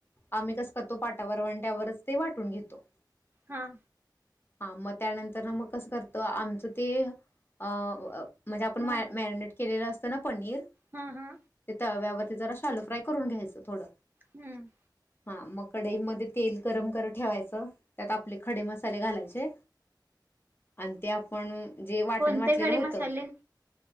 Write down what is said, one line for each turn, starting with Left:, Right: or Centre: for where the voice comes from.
Left: आम्ही कस करतो पाट्या वरवंट्या वर वाटून घेतो.
Right: हा
Left: हा मग त्यानंतर ना मग कसं करतो आमचं ते अ म्हणजे आपण मॅरिनेट
Right: हा
Left: केलेलं अस असतं ना पनीर?
Right: हा हा
Left: तव्यावर जरा शालो फ्राय करून घ्यायचं थोडं.
Right: हम्म
Left: हा मग कडईमध्ये तेल गरम करत ठेवायचं त्यात आपले खडे मसाले घालायचे आणि ते आपण जे वाटण
Right: कोणते
Left: वाटलेलं
Right: खडे
Left: होत.
Right: मसाले